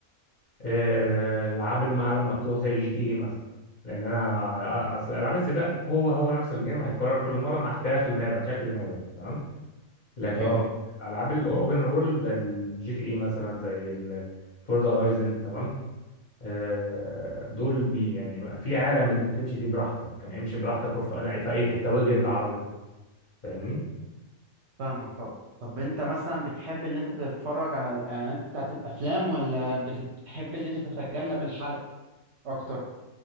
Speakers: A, on the left; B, on the right.
A: آه، العاب المعالم مفتوح زي جي تي اي مثلا لان انا اصل العاب السباق هو هو نفس الجيم هيتكرر كل مره مع اختلاف المابا شكل مابا تمام لكن
B: اه
A: العاب الاوبن وورلد زي الجي تي اي مثلا زي الفورزا هورايزن تمام آه، دول بي يعني بقى في عالم انت بتمشي فيه براحتك يعني امشي براحتك روح في في اي حته واجري بالعربيه فاهمني
B: فاهمك طبعا طب أنت مثلا بتحب إن أنت تتفرج على الإعلانات بتاعت الأفلام ولا بتت- بتحب إن أنت تتجنب الحرق أكتر